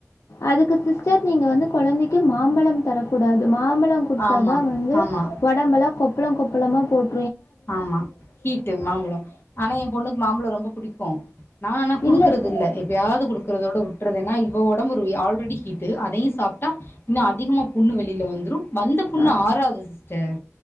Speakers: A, on the left; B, on the left.
A: அதுக்கு சிஸ்டர் நீங்க வந்து கொழந்தைக்கு மாம்பழம் தரக்கூடாது மாம்பழோ குடுத்தா
B: ஆமா
A: தா வந்து
B: ஆமா
A: ஒடம்பெலா கொப்பளோ கொப்பளமா போட்
B: ஆமா ஹீட்டு மாம்பழோ ஆனா எ பொண்ணுக் மாம்பழோ ரொம்ப புடிக்கு நா ஆனா குடுக்குற
A: இல்லை
B: தில்ல எப்பயாவ்து குடு க்குறதோட வுட்றது ஏன்னா இவ ஒடம்பொரு ஆல்ரெடி ஹீட்டு அதையு சாப்ட்டா இன்னு அதிகமா புண்ணு வெளில வந்துரு வந்த புண்ணு
A: ஆ-
B: ஆறாது சிஸ்டர்